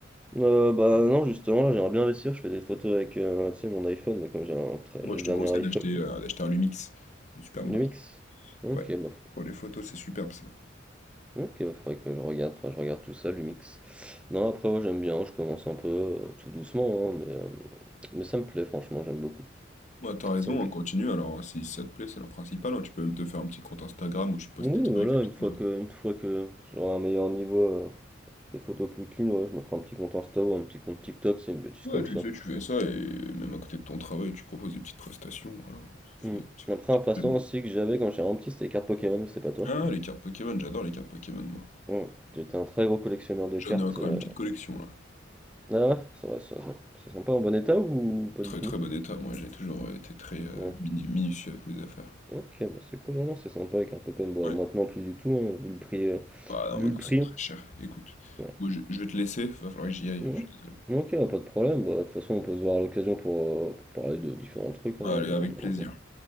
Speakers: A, in the centre; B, on the left.
A: Euh, bah non, justement, là, j'aimerais bien investir, je fais des photos avec, euh, tu sais, mon iPhone, mais comme j'ai un très-
B: Moi,
A: j'ai
B: je
A: le dernier
B: te conseille
A: iPhone,
B: d'acheter euh, d'acheter un Lumix. C'est une super marque.
A: Lumix. Ok,
B: Ouais.
A: bah, faut-
B: Pour les photos, c'est superbe ça.
A: ok, bah, faudrait que je regarde, faudrait que je regarde tout ça, Lumix. Non, après, ouais, j'aime bien, je commence un peu, euh, tout doucement, hein, mais, euh, mais ça me plaît, franchement, j'aime beaucoup.
B: Ouais, t'as raison,
A: Ça me plaît.
B: on continue. Alors, hein, si ça te plaît, c'est leur principal. hein. Tu peux même te faire un petit compte Instagram où tu postes
A: Oui,
B: tes trucs
A: voilà,
B: et tout.
A: une fois
B: euh.
A: que, une fois que j'aurai un meilleur niveau, euh, des photos plus clean, ouais, je me ferai un petit compte Insta ou un petit compte TikTok, c'est une bêtise
B: Ouais,
A: comme
B: tu
A: ça.
B: sais, tu fais ça et même à côté de ton travail, tu proposes des petites prestations. Voilà, ça te
A: Hmm.
B: fait un petit,
A: Après,
B: petit
A: un
B: complément.
A: passe-temps aussi que j'avais quand j'étais vraiment petit, c'était les cartes Pokémon, je sais pas toi.
B: Ah, les cartes Pokémon, j'adore les cartes Pokémon, moi.
A: Hmm. J'étais un très gros collectionneur de
B: J'en
A: cartes.
B: ai encore
A: euh.
B: une petite collection là.
A: Ah, ça va, ça va. C'est sympa en bon état ou pas
B: Très
A: du tout?
B: très bon état, moi j'ai toujours euh, été très euh,
A: Ouais.
B: mini- minutieux avec mes affaires.
A: Ok, bah c'est cool, non, non, c'est sympa les cartes Pokémon. Bon,
B: Ouais,
A: maintenant plus du tout, hein, vu le prix, euh,
B: ah non,
A: vu
B: maintenant
A: le prix.
B: c'est très cher. Écoute,
A: Ouais.
B: moi je, je vais te laisser, va falloir que j'y aille,
A: Ouais.
B: je suis désolé.
A: Ok, bah, pas de problème. Bah, de toute façon, on peut se voir à l'occasion pour, euh, pour parler de différents trucs. hein.
B: Allez, avec
A: On verra.
B: plaisir.